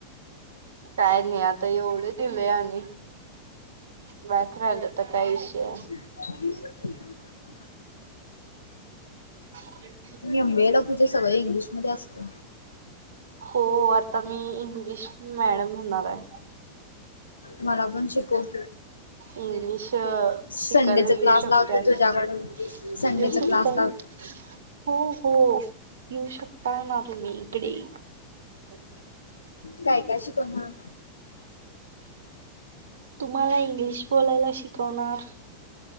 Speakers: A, on the right; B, on the left.
A: काय नाही आता एवढं दिले आणि बॅक राहील तर काय विषय आहे
B: <unintelligible>
A: ह <unintelligible>
B: मबेला पूजे सगळं इंग्लिशमध्ये असतंय
A: हो आता मी इंग्लिश मॅडम हुणाराय
B: मला पण शिकव की
A: इंग्लिश
B: संडेचा
A: शिकायला येऊ
B: क्लास
A: शकते
B: लावते
A: असं
B: तुझ्याकडे संडेचा
A: येऊ शकताय
B: क्लास लावते
A: हो हो येऊ शकता ना तुम्ही इकडे बर
B: काय काय शिकवनार
A: तुम्हाला इंग्लिश बोलायला शिकवणार